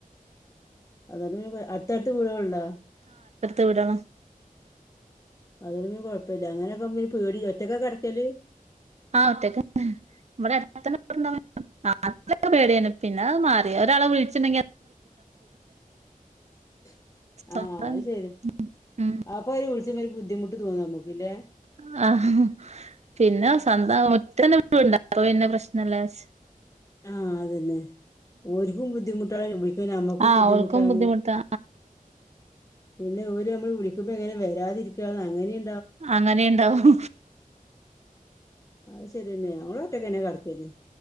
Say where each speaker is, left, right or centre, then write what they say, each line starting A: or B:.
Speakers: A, on the left; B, on the right.
A: അതാണ് അടുത്തടുത്ത് വീടുകള്ണ്ടാ
B: എവിടാ
A: അന്നേരം പിന്നെ കുഴപ്പമില്ല അങ്ങനെയൊക്കെ പേടി ഒറ്റക്കാ കിടക്കല്
B: ആ ഒറ്റക്കാ ഇവിടെ അടുത്ത് പേടിയെര്ന്ന് പിന്നെ അത് മാറി ഒരാളെ വിളിച്ചിണ്ടെങ്കി
A: <unintelligible> ആ
B: സ്വന്തം
A: അത് ശരി
B: ഉം
A: അപ്പാര് വിളിച്ച് ഒരു ബുദ്ധിമുട്ട് തോന്നും നമുക്കില്ലേ
B: <unintelligible>
A: ആ അതന്നെ ഒര്ക്കും ബുദ്ധിമുട്ടാണ് വി പിന്നെ നമ്മക്കും
B: ആഹ്
A: ബുദ്ധിമുട്ടാണ്
B: ഓൽക്കും ബുദ്ധിമുട്ടാ
A: പിന്നെ ഓര് നമ്മള് വിളിക്കുമ്പോ എങ്ങനെ വരാതിരിക്കുക അങ്ങനെയ്
B: അങ്ങനെുണ്ടാവും
A: അത് ശരിതന്നെ ഞങ്ങള് ഒറ്റക്ക് തന്നെ കിടക്കല്